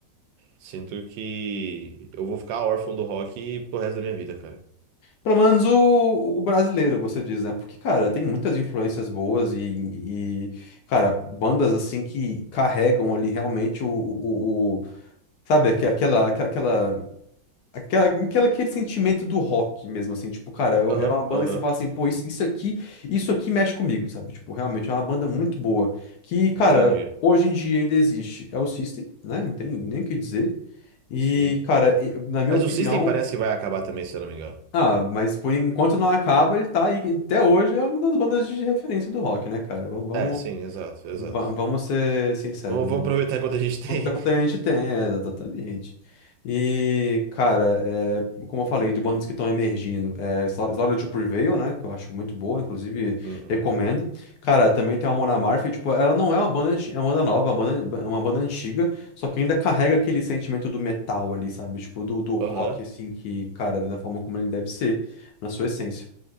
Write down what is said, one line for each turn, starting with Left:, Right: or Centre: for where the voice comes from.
Right: sinto que eu vou ficar órfão do rock pro resto da minha vida, cara.
Left: Pelo menos o, o brasileiro, você diz, né? Porque, cara, tem muitas influências boas e, e, cara, bandas assim que carregam ali realmente o, o, o- sabe, aque- aquela, aquela, aquela, aquela, aquela- aquele sentimento do rock mesmo, assim, tipo, cara, é
Right: Aham,
Left: é uma banda
Right: aham.
Left: que você fala assim, pô, isso, isso aqui, isso aqui mexe comigo, sabe? Tipo, realmente é uma banda muito boa, que, cara,
Right: Entendi.
Left: hoje em dia ainda existe. É o System, né? Não tem nem o que dizer. E,
Right: Sim.
Left: cara, e- na minha
Right: Mas
Left: opinião,
Right: o System parece que vai acabar também, se eu não me engano.
Left: ah, mas por enquanto não acaba, ele tá aí. Até hoje é uma das bandas de referência do rock, né, cara? Vamos, vamos,
Right: É, sim, exato, exato.
Left: va- vamos ser sinceros,
Right: Vamos, vamos
Left: né?
Right: aproveitar enquanto a gente tem.
Left: Aproveitar que
Right: <laughs>
Left: a gente tem, é, exatamente. E, cara, é, como eu falei, de bandas que estão emergindo, é Sla- Slaughter to Prevail, né? Que eu acho muito boa, inclusive
Right: Uhum.
Left: recomendo. Cara, também tem a Mona Amalfi, tipo, ela não é uma banda, anti- é uma banda nova, é uma banda, é uma banda antiga, só que ainda carrega aquele sentimento do metal ali, sabe? Tipo, do, do rock,
Right: Aham.
Left: assim, que, cara, da forma como ele deve ser, na sua essência.